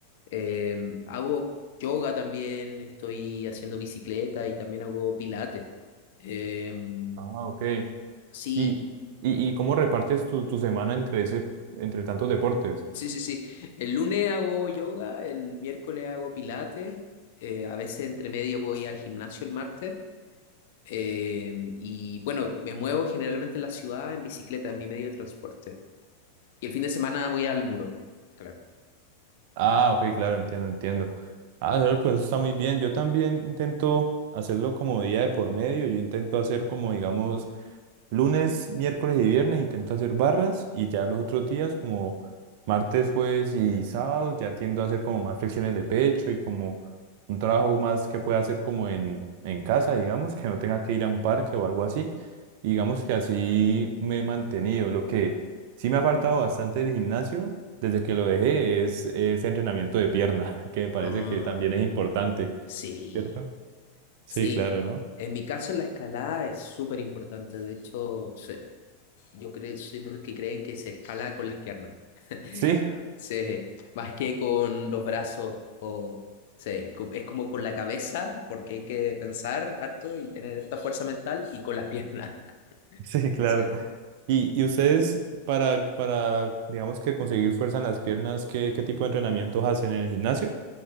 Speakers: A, on the left; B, on the right.
A: Em, hago yoga también, estoy haciendo bicicleta y también hago pilates. Em,
B: Ah, ok.
A: sí,
B: ¿Y, y, y cómo repartes tu, tu semana entre ese, entre tantos deportes?
A: Sí, sí, sí. El lunes hago yoga, el miércoles hago pilates, eh, a veces entre medio voy al gimnasio el martes. eh, y bueno, me muevo generalmente en la ciudad en bicicleta, en mi medio de transporte. Y el fin de semana voy al muro. Claro.
B: Ah, ok, claro, entiendo, entiendo. Ah, claro, pues eso está muy bien. Yo también intento hacerlo como día de por medio. Yo intento hacer como, digamos, Lunes, miércoles y viernes intento hacer barras y ya los otros días, como martes, jueves y sábados, ya tiendo a hacer como más flexiones de pecho y como un trabajo más que pueda hacer como en, en casa, digamos, que no tenga que ir a un parque o algo así. Y digamos que así me he mantenido. Lo que sí me ha faltado bastante del gimnasio desde que lo dejé es, es entrenamiento de pierna, <laughs> que me parece
A: Ah,
B: que también es importante,
A: sí,
B: ¿cierto? Sí,
A: sí.
B: claro, ¿no?
A: En mi caso la escalada es súper importante. De hecho, se- Yo creo, soy de los que creen que se escala con las piernas. <laughs>
B: Sí,
A: Se, más que con los brazos o se, co- es como con la cabeza, porque hay que pensar harto y tener harta fuerza mental y con las piernas. <laughs>
B: <laughs> sí, claro.
A: Sí.
B: Y, y ustedes para, para, digamos que conseguir fuerza en las piernas, ¿qué, qué tipo de entrenamientos hacen en el gimnasio?